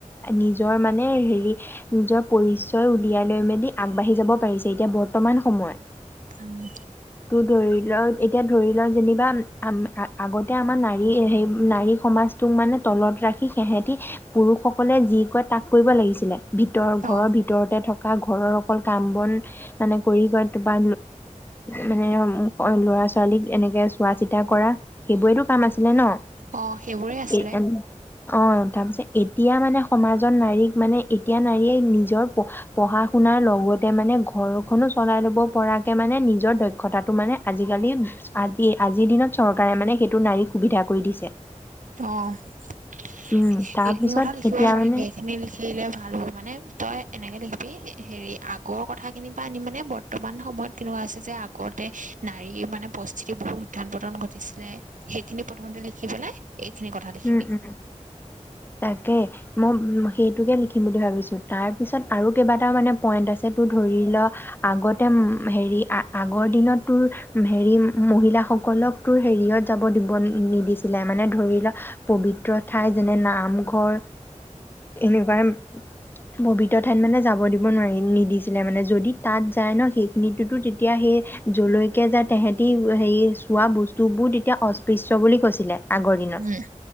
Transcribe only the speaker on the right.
উম,
অ
অ সেইবোৰে আছিলে
অ ',
এইখিনি কথা লিখিব
পাৰিবি
এইখিনি লিখিলে ভাল হব মানে তই এনেকে লিখিব হেৰি আগৰ কথাখিনিৰ পৰা আনি মানে বৰ্তমান সময়ত কেনেকুৱা আছে যে আগতে নাৰীৰ মানে পৰিস্থিতি বহুত উথান - পতন ঘটিছিলে সেইখিনি প্ৰথমতে লিখি পেলাই, এইখিনি কথা লিখিবি
উম